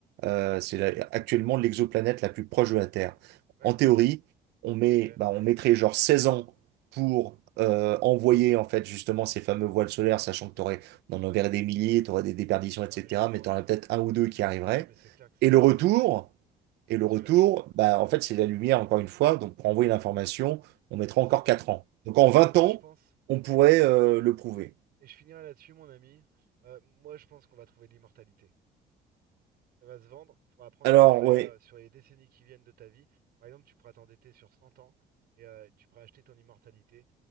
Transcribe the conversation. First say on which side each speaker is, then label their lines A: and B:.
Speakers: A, on the right (about 80°); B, on the right (about 65°).
A: euh, c'est la- actuellement l'exoplanète la plus proche de la Terre.
B: d'accord,
A: En théorie, on met,
B: ok.
A: bah, on mettrait genre 16 ans pour euh, envoyer en fait justement ces fameux voiles solaires, sachant que t'aurais, on en enverrait des milliers, t'aurais des déperditions, etc.
B: Non, mais je comprends
A: Mais t'en
B: bien.
A: as
B: hein.
A: peut-être un ou deux qui arriveraient.
B: Ah, mais c'est clair que c'est
A: Et le
B: une
A: retour,
B: révolution,
A: et
B: bien
A: le
B: sûr.
A: retour, bah, en fait, c'est la lumière encore une fois. Donc pour envoyer l'information, on mettra
B: Mais ça,
A: encore
B: on,
A: 4 ans. Donc
B: on verra,
A: en 20
B: mais moi,
A: ans,
B: je pense.
A: on pourrait euh, le prouver.
B: Et je finirai là-dessus, mon ami. Euh, moi, je pense qu'on va trouver l'immortalité. ça va se vendre. Il faudra prendre
A: Alors
B: un prêt
A: ouais,
B: euh, sur les décennies qui viennent de ta vie. Par exemple, tu pourras t'endetter sur 100 ans et euh, tu pourras acheter ton immortalité.